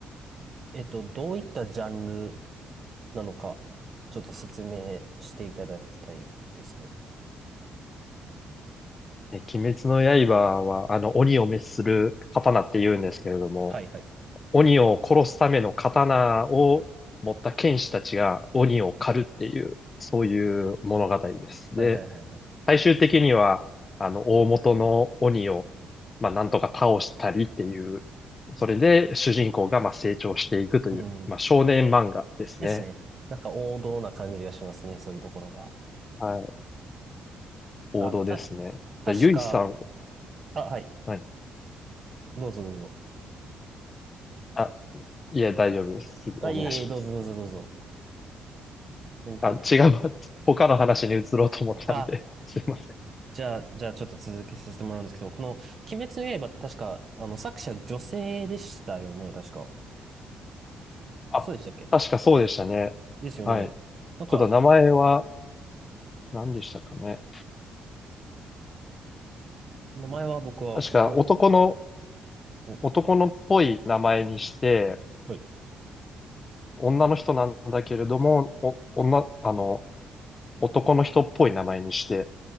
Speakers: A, on the right (about 40°); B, on the left (about 35°).
A: えっと、どういったジャンルなのか、ちょっと説明していただきたいですね。
B: え、鬼滅の刃は、あの、鬼を滅する刀って言うんですけれども、
A: はい。はい。
B: 鬼を殺すための刀を持った剣士たちが鬼を狩るっていう、そういう物語です。
A: はい。
B: で、
A: はい。はい。はい
B: 最終的には、あの、大元の鬼を、まあ、なんとか倒したりっていう、それで主人公がまあ成長していくという、
A: うん。
B: まあ、少年漫画ですね。
A: ですね。なんか王道な感じがしますね、そういうところが。
B: はい。王道ですね。
A: あの、た、確か、
B: じゃあ、ゆいさん、
A: あ、はい。
B: はい。
A: どうぞどうぞ。
B: あ、いえ、大丈夫です。次、
A: あ、
B: お願いします。
A: いえいえ、どうぞどうぞどうぞ。何かいい。
B: あ、違う <laughs> 他の話に移ろうと思ったんで、
A: あ、
B: すいません。
A: じゃあ、じゃあちょっと続けさせてもらうんですけど、この、鬼滅の刃って確か、あの、作者女性でしたよね、確か。
B: あ、
A: そうでしたっけ
B: 確かそうでしたね。
A: ですよね。
B: はい。
A: なんか、
B: ちょっと名前は何でしたかね。
A: 名前は僕は覚え、
B: 確か男の、
A: お、
B: 男のっぽい名前にして、
A: はい。
B: 女の人なんだけれども、お、女、あの、男の人っぽい名前にして、